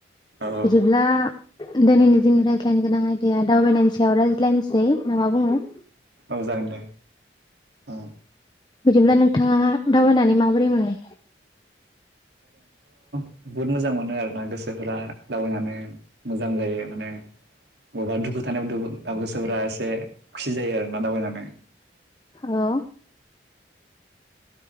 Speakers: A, on the right (about 65°); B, on the left (about 25°).
A: औ
B: बिदिब्ला दिनैनि
A: औ
B: जोंनि रायज्ला जानो गोनां आयदाया दावबायनायनि सायाव रायज्लायनोसै नामा बुङो
A: औ जागोन दे औ
B: बिदिब्ला नोंथाङा दावबायनानै माबोरै मोनो?
A: बुहुत मोजां मोनो आरो ना गोसोफोरा दावबायनानै मोजां जायो। माने बबेबा दुखु थानायाव ओ गोसोफोरा एसे खुसि जायो आरो दावबायनानै
B: औ